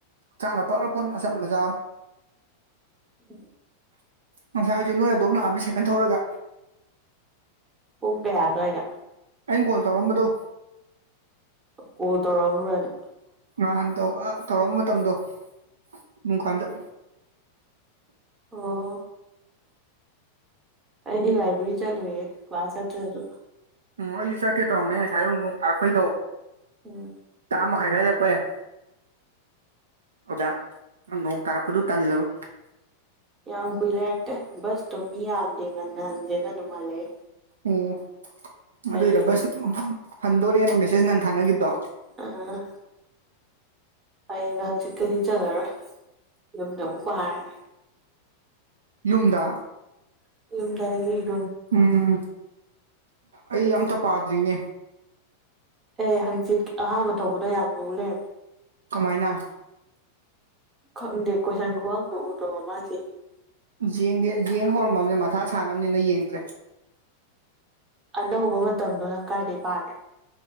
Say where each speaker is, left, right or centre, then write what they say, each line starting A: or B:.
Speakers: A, on the right (about 65°); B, on the right (about 20°).
A: ꯍꯛꯆꯥꯟꯒ ꯐꯈꯔꯥꯄꯣꯟ ꯑꯁꯝꯕ ꯆꯥꯥꯕ
B: ꯎꯝ
A: ꯉꯁꯥꯏ ꯑꯩꯁꯨ ꯅꯣꯏ ꯑꯗꯨꯝ ꯂꯥꯛꯑꯝꯃꯤ ꯁꯥꯏꯀꯟ ꯊꯧꯔꯒ
B: ꯄꯨꯡ ꯀꯌꯥ ꯑꯗꯨꯋꯥꯏꯔ
A: ꯑꯩꯅ ꯀꯣꯜ ꯇꯧꯔꯝꯕꯗꯣ
B: ꯀꯣꯜ ꯇꯔꯛꯅꯅꯤ
A: ꯅꯍꯥꯟ ꯇꯧꯔꯛꯄ ꯃꯇꯝꯗꯣ ꯑꯗꯨꯡꯀꯥꯟꯗ ꯫
B: ꯑꯣ꯫ ꯑꯩꯗꯤ ꯂꯥꯏꯕ꯭ꯔꯦꯔꯤ ꯆꯠꯂꯨꯏꯌꯦ ꯀ꯭ꯂꯥꯁ ꯍꯠꯇꯁꯨ꯫
A: ꯎꯝ ꯑꯩꯁꯨ ꯆꯠꯀꯦ ꯇꯧꯔꯝꯃꯦ ꯉꯁꯥꯏ ꯅꯣꯡ ꯇꯥꯔꯄꯩꯗꯣ꯫
B: ꯎꯝ꯫
A: ꯇꯔꯥ ꯃꯈꯥꯏꯗ ꯍꯟꯂꯥꯛꯄ ꯌꯥꯏ꯫ ꯑꯗ ꯅꯣꯡ ꯇꯥꯔꯛꯄꯗꯨ ꯇꯜꯂꯕ꯫
B: ꯌꯥꯝ ꯀꯨꯏ ꯂꯩꯔꯛꯇꯦ ꯕꯁꯇꯣ ꯃꯤ ꯌꯥꯝꯗꯦ ꯉꯟꯅꯍꯟꯁꯦꯅ ꯑꯗꯨꯝꯍꯜꯂꯛꯑꯦ꯫
A: ꯑꯣ
B: ꯍꯌꯦꯡ
A: ꯑꯗꯣꯏꯔ ꯕꯁ ꯍꯟꯗꯣꯔꯦꯅ ꯃꯦꯁꯦꯖ ꯉꯥꯟ ꯊꯥꯅꯈꯤꯕꯗꯣ꯫
B: ꯎꯝ꯫ ꯑꯩ ꯅꯪꯆꯤꯠꯀꯗꯤ ꯆꯠꯂꯔꯣꯏ ꯌꯨꯝꯗ ꯑꯃꯨꯛ ꯄꯔꯒꯦ
A: ꯌꯨꯝꯗ
B: <unintelligible>
A: ꯎꯝ ꯑꯩ ꯑꯝꯇ ꯄꯥꯗ꯭ꯔꯤꯅꯦ
B: ꯑꯦ ꯍꯪꯆꯤꯠ ꯑꯍꯥꯥꯟꯕ ꯊꯣꯀꯞꯗꯣ ꯌꯥꯝ ꯂꯨꯔꯦ
A: ꯀꯃꯥꯏꯅ
B: ꯈꯪꯗꯦ ꯀꯣꯏꯁꯟ ꯈꯨꯍꯪꯗꯣ ꯎꯗꯣ ꯃꯃꯥꯡꯒꯤ
A: ꯌꯦꯡꯗꯦ ꯌꯦꯡ ꯍꯧꯔꯝꯃꯕꯅꯤ ꯃꯊꯥ ꯁꯥꯟꯅꯕꯅꯤꯅ ꯌꯦꯡꯗ꯭ꯔꯦ
B: ꯑꯅꯧꯕ ꯃꯇꯝꯗꯣ ꯅꯪ ꯀꯥꯏꯗꯒꯤꯩ ꯄꯥꯒꯦ